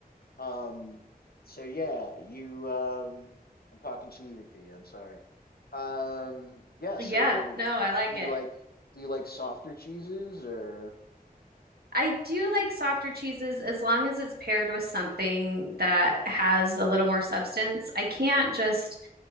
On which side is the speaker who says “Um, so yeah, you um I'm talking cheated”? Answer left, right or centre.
Left